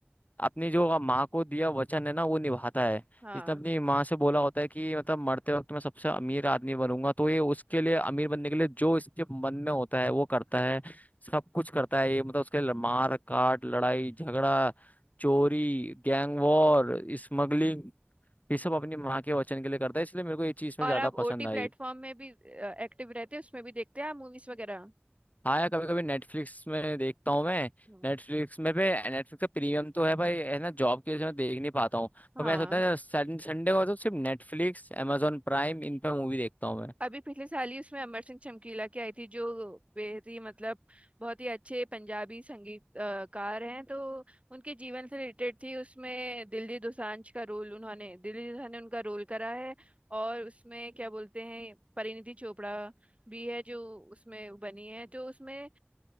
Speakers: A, on the left; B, on the right.
A: अपनी जो आप माँ को दिया वचन है ना वो निभाता है
B: हाँ
A: जिसने अपनी माँ से बोला होता है कि मतलब मरते वक्त मैं सबसे अमीर आदमी बनूंगा तो ये उसके लिए अमीर बनने के लिए जो इसके मन में होता है वो करता है सब कुछ करता है ये मतलब उसके लिए मार काट लड़ाई झगड़ा चोरी गैंग वॉर स्मगलिंग ये सब अपनी माँ के वचन के लिए करता है इसलिए मेरे को ये चीज में
B: और
A: ज्यादा
B: आप
A: पसंद
B: ओटी प्लेटफॉर्म
A: आई
B: में भी एक्टिव रहते हैं उसमें भी देखते हैं आप मूवीज वगैरह
A: हाँ यार कभी कभी नेटफ्लिक्स में देखता हूँ मैं
B: हाँ
A: नेटफ्लिक्स में पे नेटफ्लिक्स का प्रीमियम तो है भाई है ना जॉब की वजह से मैं देख नहीं पाता हूँ
B: हाँ
A: पर मैं सोचता है संडे को तो सिर्फ नेटफ्लिक्स amazon प्राइम इन पे मूवी देखता हूँ मैं
B: अभी पिछले साल ही उसमें अमर सिंह चमकीला की आई थी जो बेहद ही मतलब बहुत ही अच्छे पंजाबी संगीतकार हैं तो उनके जीवन से रिलेटेड थी उसमें दिलजीत दोसांझ का रोल उन्होंने दिलजीत दोसांझ ने उनका रोल करा है और उसमें क्या बोलते हैं परिणीति चोपड़ा भी है जो उसमें बनी है तो उसमें